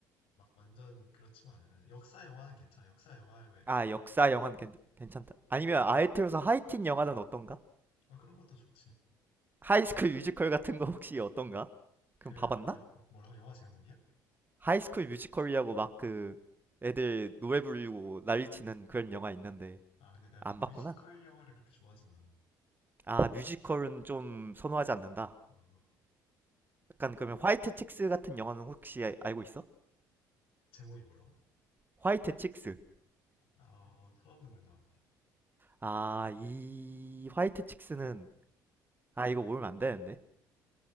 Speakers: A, on the left; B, on the right.
A: 막 완전 그렇지만 않으면 역사 영화는 괜찮아. 역사 영화에 왜
B: 아, 역사
A: 어,
B: 영화는 괜, 괜찮다. 아니면 아예 틀어서 하이틴 영화는 어떤가?
A: 어, 그런 것도 좋지.
B: 하이스쿨 뮤지컬 같은 거 혹시 어떤가?
A: 그
B: 그럼 봐봤나?
A: 여, 뭐- 라고 영화 제목이야?
B: 하이스쿨 뮤지컬이라고 막 그 애들 노래 부르고 난리 치는 그런 영화 있는데
A: 아 근데 내가
B: 안
A: 뮤지컬
B: 봤구나.
A: 영화를 그렇게 좋아하진 않아.
B: 아, 뮤지컬은 좀 선호하지 않는다.
A: 어,
B: 약간 그러면 화이트 칙스 같은 영화는 혹시 아- 알고 있어?
A: 제목이 뭐라고?
B: 화이트 칙스.
A: 아 어, 처음 듣는 거야.
B: 아, 이 화이트 칙스는 아, 이거 모르면 안 되는데.